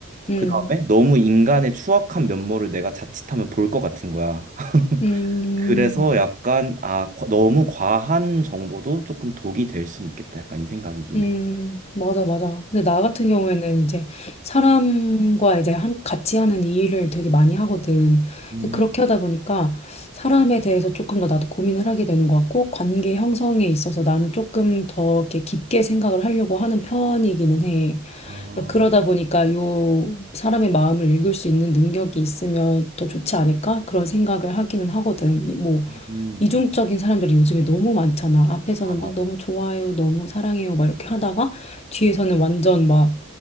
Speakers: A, on the left (about 30°); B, on the right (about 35°).
A: 음,
B: 그 다음에 너무 인간의 추악한 면모를 내가 자칫하면 볼 것 같은 거야. <laughs>
A: 음,
B: 그래서 약간 아 과- 너무 과한 정보도 조금 독이 될 수는 있겠다. 약간 이 생각이긴
A: 음,
B: 해.
A: 맞아, 맞아. 근데 나 같은 경우에는 이제 사람과 이제 함, 같이 하는 이 일을 되게 많이 하거든.
B: 음,
A: 근데 그렇게 하다 보니까 사람에 대해서 조금 더 나도 고민을 하게 되는 것 같고, 관계 형성에 있어서 나는 조금 더 이렇게 깊게 생각을 하려고 하는 편이기는 해.
B: 아,
A: 그러니까 그러다 보니까 요 사람의 마음을 읽을 수 있는 능력이 있으면 더 좋지 않을까? 그런 생각을 하기는 하거든. 이 뭐,
B: 음,
A: 이중적인 사람들이 요즘에 너무 많잖아. 앞에서는
B: 아 많아.
A: 막 너무 좋아요, 너무 사랑해요, 막 이렇게 하다가 뒤에서는 완전 막